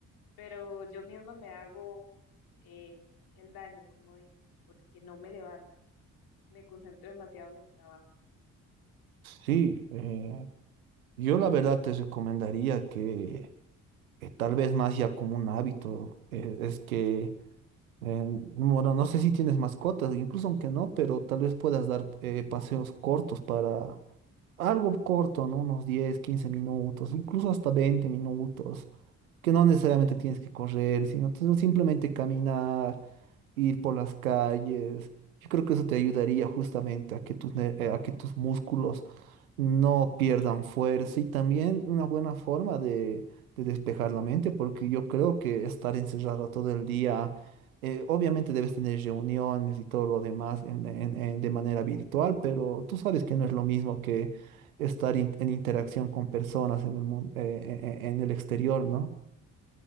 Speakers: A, on the left; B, on the right.
A: pero yo misma me hago eh, el daño, como dicen, porque no me levanto, me concentro demasiado en el trabajo.
B: Sí, eh, yo la verdad te recomendaría que... eh, tal vez más ya como un hábito, eh, es que... Eh, bueno, no sé si tienes mascotas, incluso aunque no, pero tal vez puedas dar eh, paseos cortos para algo corto, ¿no? Unos 10 15 minutos, incluso hasta 20 minutos, que no necesariamente tienes que correr, sino tú simplemente caminar, ir por las calles. Yo creo que eso te ayudaría justamente a que tus, ne- eh, a que tus músculos no pierdan fuerza y también una buena forma de, de despejar la mente, porque yo creo que estar encerrada todo el día eh, obviamente debes tener reuniones y todo lo demás en- en- en- de manera virtual, pero tú sabes que no es lo mismo que estar in- en interacción con personas en el mun- eh, eh, eh, en el exterior, ¿no?